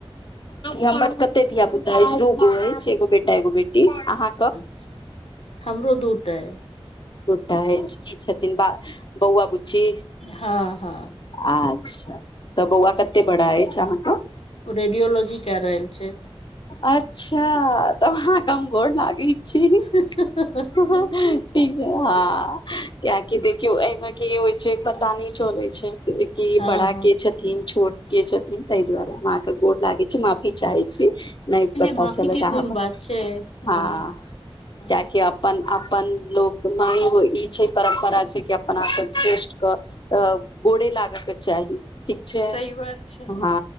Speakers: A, on the left; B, on the left.
A: हमर कते धिय पुता अछि दू गो अछि एगो बेटा एगो बेटी अहाँ
B: अच्छा हमरो दू टाअय
A: दूटा अछि की छथिन ब बौआ बुच्ची
B: हँ हँ
A: अच्छा तऽ बौआ कते बड़ा अछि अहाँके
B: ओ रेडियोलॉजी क रहल छथि
A: अच्छा तऽ अहाँ के हम गोर लागै छी
B: हँ हह
A: ठीक हँ कियाक कि देखियौ एहिमे की होइ छै पता नय चले छै कके
B: हँ
A: बड़ा
B: हँ
A: के छथि छोट के छथिन ताहि दुआरे हम अहाँके गोर लागे छै माफी चाहे छी नहि पता
B: माफी
A: चलय
B: के
A: कहाँ
B: कोन
A: पर
B: बात छै एहिमे
A: हँ
B: हँ
A: कियाकी अपन अपन लोक ई छै परम्परा छै कि अपना कऽ श्रेष्ठ कऽ तब गोड़े लागके चाही ठीक छै
B: सही बात छै
A: हँ